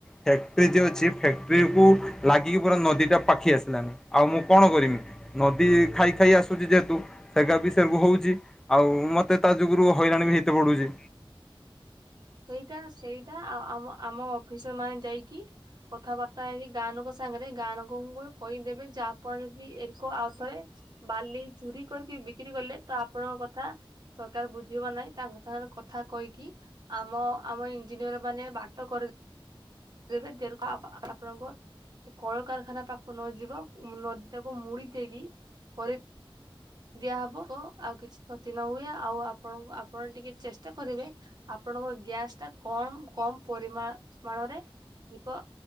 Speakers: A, in the centre; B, on the right.
A: ଫ୍ୟାକ୍ଟ୍ରି ଯ ଅଛି ଫ୍ୟାକ୍ଟ୍ରିକୁ ଲାଗି ଆଟିକି ପୁରା ନଦୀଟା ପାଖି ଆସିଲାନି ଆଉ ମୁଁ କଣ
B: ଆଜ୍ଞା।
A: କରିମି ନଦୀ ଖାଇ ଖାଇ ଆସୁଛି ଯେହେତୁ ସେଟା ବି ସେରକୁ ହଉଛି ଆଉ ମତେ ତା ଯୁଗୁରୁ ହଇରାଣ ବି ହେଇତ ପଡୁଛି।
B: ସେଇଟା ସେଇଟା ଆଉ ଆମ ଆମ ଅଫିସର ମାନେ ଯାଇକି କଥାବାର୍ତ୍ତା ହେଇଛି ଗାଁାନଙ୍କ ସାଙ୍ଗରେ ଗାାନୋକଙ୍କୁ କହିଦେବେ ଯାହାପଣ ଯଦି ଏକ ଆଉ ଥରେ ବାଲି ଝୁରରି କରିକି ବିକ୍ରି କଲେ ତ ଆପଣଙ୍କ କଥା ସରକାର ବୁଝିବ ନାହିଁ ତାଙ୍କ ସାଙ୍ଗରେ କଥା କହିକି ଆମ ଆମ ଇଞ୍ଜିନିୟର ମାନେ ବାଟ କରି ଏବେତି ଆପଣଙ୍କ କଳକାରଖାନା ପାଖ ନ ଯିବ ନଦୀ ଟାକୁ ମୁଡି ଦେଇକି କରି ଦିଆହବ ଆଉ କିଛି କ୍ଷତି ନ ହୁଏ ଆଉ ଆପଣଙ୍କୁ ଆପଣ ଟିକେ ଚେଷ୍ଟା କରିବେ ଆପଣଙ୍କ ଗ୍ୟାସ ଟା କମ କମ ପରିମା ମଣରେ ଯିକ